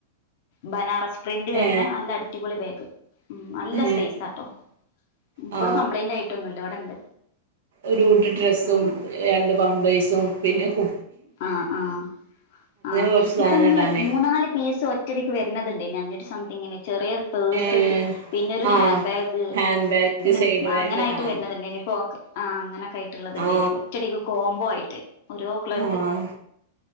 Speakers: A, on the left; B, on the right.
A: ബനാറസ് പ്രിന്റ് വരുന്ന
B: ഏ
A: നല്ല അടിപൊളി ബാഗ് ഉം നല്ല
B: ഏ
A: സപെയ്സാട്ടോ ഇപ്പളും
B: ആ
A: കംപ്ലൈന്റ് ആയിട്ടൊന്നുല്ല ഇവിടെണ്ട്
B: ഒരുകൂട്ട് ഡ്രെസ്സും
A: ആഹ്
B: രണ്ട് പമ്പേഴ്സും പിന്നെ കു
A: ആഹ് ആഹ് ആഹ്
B: കുറച്ച് സാധനം
A: ഇപ്പൊഇങ്ങനെ
B: ഇടാന്
A: മൂന്നാല് പീസ് ഒ റ്റടിക്ക് വരന്നത് ണ്ടേയിന്ന് അഞ്ഞൂറ്റി സംതിങ്ങിന് ചെറിയ പേഴ്സ്
B: ഏ
A: പിന്നെ ഒരു
B: ആ
A: ഹാൻ ബാഗ്
B: ഹാൻഡ് ബാഗ്
A: പിന്നെ
B: സൈഡ് ബാഗ്
A: അങ്ങനായിട്ട്
B: ആ
A: വര്ന്നത് ണ്ടേയ്ന്നു ഇപ്പൊ ഓക്കേ ആഹ് അങ്ങനക്കെ ആയിട്ട്ള്ളത്
B: ആ
A: ണ്ടായിനി ഒറ്റടിക്ക് കോമ്പോ ആയിട്ട് ഓരോ ക്ല
B: ആഹ്